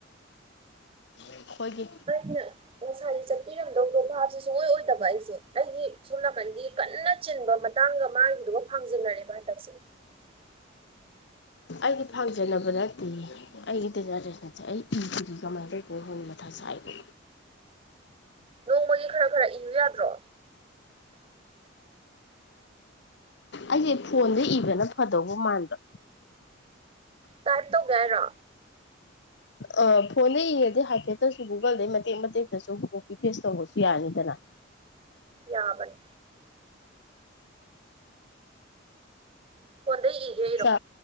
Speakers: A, on the left; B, on the right.
A: ꯑꯩꯈꯣꯏꯗꯤ
B: ꯑꯩꯅ ꯉꯁꯥꯏ ꯆꯠꯄꯤꯔꯝꯗꯧꯗꯣ ꯚꯥꯕꯁꯦ ꯁꯨꯡꯑꯣꯏ ꯑꯣꯏꯗꯕ ꯑꯩꯁꯦ ꯑꯩꯒꯤ ꯁꯣꯝ ꯅꯥꯀꯟꯒꯤ ꯀꯟꯅ ꯆꯤꯟꯕ ꯃꯇꯥꯡꯒ ꯃꯥꯒꯤꯗꯨꯒ ꯐꯥꯡꯖꯤꯟꯅꯔꯦꯕ ꯍꯟꯗꯛꯁꯦ <inaudible>
A: ꯑꯩꯗꯤ ꯐꯥꯡꯖꯟꯅꯕ ꯅꯠꯇꯤꯌꯦ ꯑꯩꯗꯤ ꯗꯤꯖꯥꯔꯇꯔꯁꯥꯟ ꯑꯩ ꯢꯗꯤꯌꯦ ꯀꯃꯥꯏ ꯇꯧꯗꯣꯏꯅꯣ ꯈꯪꯗꯦ ꯃꯊꯥ ꯁꯥꯏꯕꯣ
B: ꯅꯣꯡꯃꯒꯤ ꯈꯔ ꯈꯔ ꯏꯌꯨ ꯌꯥꯗ꯭ꯔꯣ
A: ꯑꯩꯁꯦ ꯐꯣꯟꯗ ꯏꯕꯅ ꯐꯗꯧꯕ ꯃꯥꯟꯕ
B: ꯇꯥꯏꯞ ꯇꯧꯒꯦ ꯍꯥꯏꯔꯣ
A: ꯑ ꯐꯣꯟꯗ ꯌꯦꯡꯉꯗꯤ ꯍꯥꯏꯐꯦꯠꯇꯁꯨ ꯒꯨꯒꯜꯗꯩ ꯃꯇꯦꯛ ꯃꯇꯦꯛꯇꯁꯨ ꯀꯣꯄꯤ ꯐꯦꯁ ꯇꯧꯕꯁꯨ ꯌꯥꯅꯤꯗꯅ
B: ꯌꯥꯕꯅꯤ ꯐꯣꯟꯗꯩ ꯏꯒꯦ ꯏꯔꯣ
A: ꯆꯥ